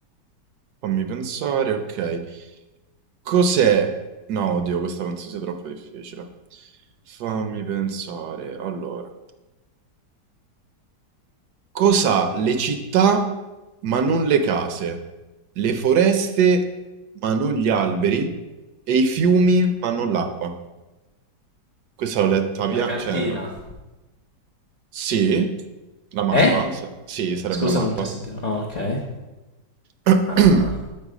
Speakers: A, on the right; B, on the left.
A: fammi pensare, ok. Cos'è? No, oddio, questa penso sia troppo difficile. Fammi pensare. Allora, cos'ha le città ma non le case? Le foreste ma non gli alberi? E i fiumi ma non l'acqua? Questa l'ho letta via,
B: La cartina.
A: cioè, no. Sì? La mappa?
B: Eh?
A: S sì, sarebbe
B: Scusa,
A: la mappa.
B: non ti ho sentito. Ah, ok.
A: <coughs>
B: Ah.
A: <clears throat>